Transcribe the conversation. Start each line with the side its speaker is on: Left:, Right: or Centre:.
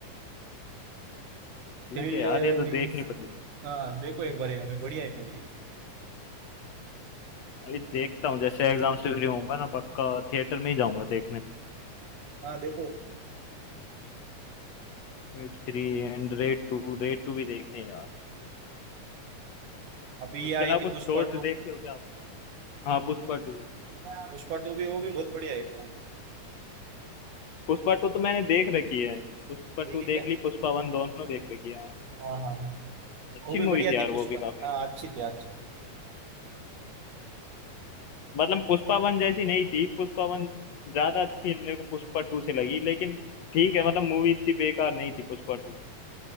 Left: ठीक
Right: Thrill
Left: है यार ये तो
Right: means
Left: देखनी पड़ेगी
Right: हाँ देखो एक बार ये movie, बढ़िया है मूवी
Left: अभी देखता हूँ जैसे एग्जाम से फ्री होऊंगा ना पक्का थिएटर में ही जाऊंगा देखने
Right: हाँ देखो
Left: Raid three and Raid two Raid two भी देखने हैं यार
Right: अभी
Left: उसके
Right: ये आई
Left: अलावा
Right: थी
Left: कुछ
Right: पुष्पा
Left: शोज
Right: टू
Left: देखते हो क्या आप हाँ पुष्पा टू
Right: पुष्पा टू भी वो भी बहुत बढ़िया है मूवी
Left: पुष्पा टू तो मैंने देख रखी है पुष्पा
Right: देखिए
Left: टू
Right: क्या
Left: देख ली पुष्पा वन दोनों देख रखी है
Right: हाँ हाँ
Left: अच्छी
Right: वो भी बढ़िया
Left: मूवी थी यार
Right: थी पुष्पा
Left: वो भी काफी
Right: हाँ अच्छी थी अच्छी
Left: मतलब पुष्पा वन जैसी नहीं थी पुष्पा वन ज्यादा अच्छी मेरे को पुष्पा टू से लगी लेकिन ठीक है मतलब मूवी इतनी बेकार नहीं थी पुष्पा टू